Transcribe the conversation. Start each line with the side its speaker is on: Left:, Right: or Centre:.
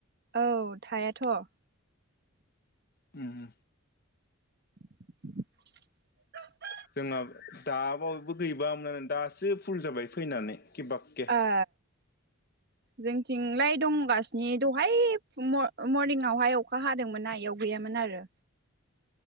Right: औ थायाथ'।
Left: उम
Right: <inaudible>
Left: जोंहा दाबावोयैबो गैबाङामोन दासो फुल जाबाय फैनानै किबाके
Right: ए जों थिंलाय दंगासिनो दहाय मरनिंयावहाय अखा हादोंमोनना बेयाव गैयामोन आरो।